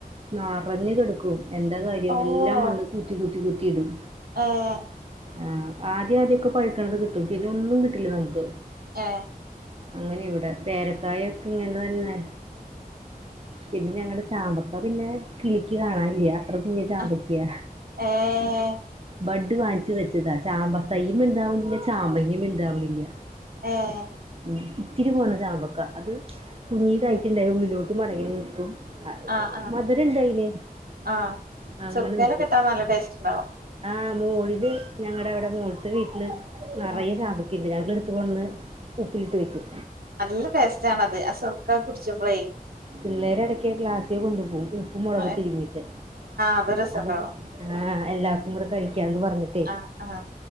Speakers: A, on the right; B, on the right.
A: നെറഞ്ഞു കിടക്കും എന്താ കാര്യം?
B: ഓഹ്
A: എല്ലാം വന്ന് കൂത്തി, കൂത്തി കൂത്തിയിടും.
B: ഏഹ്
A: ആഹാ ആദ്യം ആദ്യമൊക്കെ പഴുക്കണത് കിട്ടും, പിന്നെ ഒന്നും കിട്ടില്ല നമുക്ക്.
B: ഏ.
A: അങ്ങനെയ ഇവിടെ, പേരക്കായ ഒക്കെ ഇങ്ങനെ തന്നെ. പിന്നെ ഞങ്ങളടെ ചാമ്പക്ക പിന്നെ കിളിക്ക് കാണാനില്ല. അത്ര കുഞ്ഞ് ചാമ്പക്കയ.
B: ആഹ് ഏഹ്
A: ബഡ് വാങ്ങിച്ചു വെച്ചതാ, ചാമ്പത്തൈയ്യും വലുതാവണില്ല, ചാമ്പങ്ങയും വലുതാവണില്ല.
B: ഏഹ്
A: ഉം ഇത്തിരി പോന്ന ചാമ്പക്ക അത് കുഞ്ഞിതായിട്ട്ണ്ടായ ഉള്ളിലോട്ട് മടങ്ങി നിൽക്കും
B: ആഹ് ആഹ്
A: മധുരം ഇണ്ട് അയിന്
B: ആഹ്
A: അങ്ങനെ
B: സുർക്കേലൊക്കെ
A: നിക്കും
B: ഇട്ടാ നല്ല ടേസ്റ്റ് ഉണ്ടാവും
A: ആഹ് മോളില് ഞങ്ങടെ അവിടെ മോളിത്ത വീട്ടില് നിറയെ
B: ആഹ്
A: ചാമ്പക്ക ഉണ്ട് ഞങ്ങള് കൊണ്ട് വന്ന് ഉപ്പിലിട്ട് വെക്കും
B: നല്ല ടേസ്റ്റാണത് ആ സുർക്കക്കെ കുടിച്ച്മ്പൊളേ
A: പിള്ളേരെടക്കെ ക്ലാസ്സി കൊണ്ടു പോകും ഉപ്പ് മുളകും
B: ആഹ്
A: തിരുമീട്ട്
B: അത് രസണ്ടാവും
A: അപ്പൊ ആഹ് എല്ലാവർക്കും കൂടെ കഴിക്കാന്ന് പറഞ്ഞു
B: ആഹ്‌ ആഹ്‌